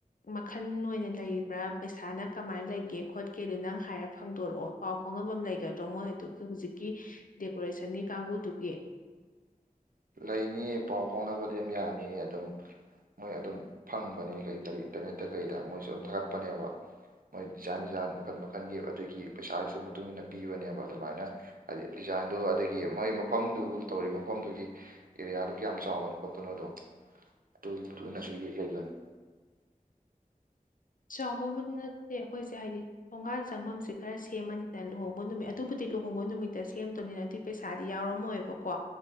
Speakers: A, on the left; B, on the right.
A: ꯃꯈꯟ ꯑꯣꯏꯅ ꯂꯩꯔꯤꯕ꯭ꯔꯥ ꯄꯩꯁꯥꯅ ꯀꯃꯥꯏꯅ ꯂꯩꯒꯦ ꯈꯣꯠꯀꯦꯗꯣ ꯅꯪ ꯍꯥꯏꯔ ꯈꯪꯗꯣꯔꯛꯑꯣ ꯄꯥꯎ ꯐꯥꯎꯅꯐꯝ ꯂꯩꯒꯗ꯭ꯔꯣ ꯃꯣꯏ ꯑꯗꯨꯒꯤ ꯍꯧꯨꯖꯤꯛꯀꯤ ꯗꯦꯀꯣꯔꯦꯁꯟꯒꯤ ꯀꯥꯡꯕꯨꯗꯨꯒꯤ꯫
B: ꯂꯩꯅꯤꯌꯦ ꯄꯥꯎ ꯐꯥꯎꯅꯕꯗꯤ ꯌꯥꯝ ꯌꯥꯅꯤꯌꯦ ꯑꯗꯨꯝ ꯃꯣꯏ ꯑꯗꯨꯝ ꯐꯪꯕꯅꯦ ꯀꯔꯤ ꯀꯔꯤ ꯏꯟꯇꯔꯅꯦꯠꯇ ꯀꯩꯗ ꯃꯣꯏꯁꯨ ꯑꯗꯨꯝ ꯊꯥꯒꯠꯄꯅꯦꯕ꯫ ꯃꯣꯏ ꯗꯤꯖꯥꯏꯟ ꯗꯤꯖꯥꯏꯟ ꯃꯈꯟ ꯃꯈꯜꯒꯤ ꯑꯗꯨꯒꯤ ꯄꯩꯁꯥꯒꯤꯁꯨ ꯃꯇꯨꯡ ꯏꯟꯅ ꯄꯤꯕꯅꯦꯕ ꯑꯗꯨꯃꯥꯏꯅ꯫ ꯍꯥꯏꯗꯤ ꯗꯤꯖꯥꯏꯟꯗꯣ ꯑꯗꯒꯤ ꯃꯣꯏ ꯃꯐꯝꯗꯨ ꯇꯧꯔꯤ ꯃꯐꯝꯗꯨꯒꯤ ꯑꯦꯔꯤꯌꯥꯗꯣ ꯀꯌꯥꯝ ꯆꯥꯎꯕꯅꯣ ꯈꯣꯠꯄꯅꯣꯗꯣ ꯑꯗꯨ ꯊꯨꯅꯁꯨ ꯌꯦꯡ <unintelligible>
A: ꯆꯥꯎꯕꯕꯨ ꯅꯠꯇꯦ ꯑꯩꯈꯣꯏꯁꯦ ꯍꯥꯏꯗꯤ ꯊꯣꯡꯒꯥꯟ ꯆꯪꯐꯝꯁꯦ ꯈꯔ ꯁꯦꯝꯃꯅꯤꯅ ꯂꯨꯍꯣꯡꯕ ꯅꯨꯃꯤꯠ ꯑꯗꯨꯕꯨꯗꯤ ꯂꯨꯍꯣꯡꯕ ꯅꯨꯃꯤꯠꯇ ꯁꯦꯝꯗꯣꯏꯅꯤꯅ ꯑꯗꯨ ꯄꯩꯁꯥꯗꯤ ꯌꯥꯎꯔꯝꯃꯣꯏꯕꯀꯣꯥ꯫